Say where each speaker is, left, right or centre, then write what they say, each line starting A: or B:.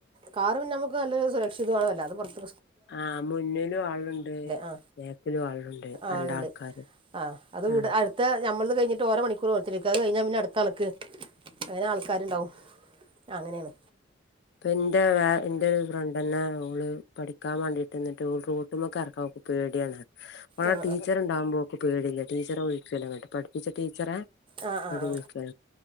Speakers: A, on the right; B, on the left.
A: കാറ് പിന്നെ നമുക്ക് നല്ലൊരു സുരക്ഷിതമാണലോ അത് പുറത്ത്
B: ആ മുന്നിലും ആളുണ്ട്
A: ആ
B: ബാക്കിലും ആളുണ്ട്
A: ആ
B: രണ്ടാൾക്കാര്
A: ഉണ്ട് ആ അത്
B: ആ
A: ഇവിടെ അടുത്ത് നമ്മള് കഴിഞ്ഞിട്ട് ഓരോ മണിക്കൂർ കൊടുത്തിരിക്കും നിക്കാഹ് കഴിഞ്ഞാൽ പിന്നെ അടുത്താള്‌ക്ക് അങ്ങനെ ആൾക്കാരുണ്ടാവും അങ്ങനെയാണ്
B: അപ്പോ എന്റെ വെ എ്റെ ഒരു ഫ്രണ്ട് തന്നെ അവള് പഠിക്കാൻ വേണ്ടീട്ട് നിിട്ട്ൾ റൂട്ട്്മൊക്കെ ഇറക്കാം പേടിയാണ് ന
A: ആ
B: ടീച്ച ഉണ്ടകുമ്പോക്ക് പേടില്ല ടീച്ചറെ ഒഴിക്കല്ല കേട്ട് പഠിപ്പിച്ച ടീച്ചറെ
A: ആ ആ ആ
B: അടിപളിക്കോ